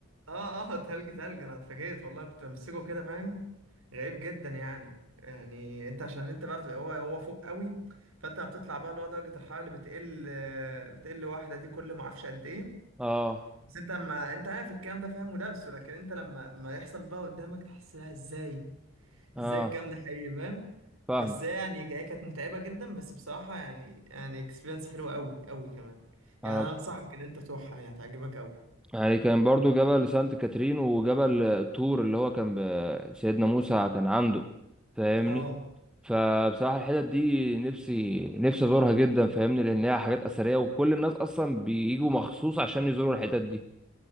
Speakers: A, on the right; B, in the centre.
A: اه اه <laughs> تلج تلج انا اتفاجئت والله كنت بمسكه كده فاهم غريب جدا يعني يعني انت عشان انت بقى في هو هو فوق قوي فانت بتطلع بقى اللي هو درجه الحراره اللي بتقل بتقل واحده دي كل ما اعرفش قد ايه
B: اه
A: بس انت ما انت عارف الكلام ده فاهم ودرسه لكن انت لما ما يحصل بقى قدامك تحس لها ازاي
B: اه
A: ازاي الكلام ده حقيقي فاهم
B: فاهم
A: بس هي يعني هي كانت متعبة جدا بس بصراحة يعني يعني اكسبيرينس حلوة قوي قوي كمان يعني
B: انا
A: انا انصحك ان انت تروحها يعني هتعجبك قوي
B: يعني كان برضو جبل سانت كاترين وجبل طور اللي هو كان ب- سيدنا موسى كان عنده فاهمني
A: اه
B: فبصراحة الحتت دي نفسي نفسي ازورها جدا فاهمني لان هي حاجات اثرية وكل الناس اصلا بيجوا مخصوص عشان يزوروا الحتت دي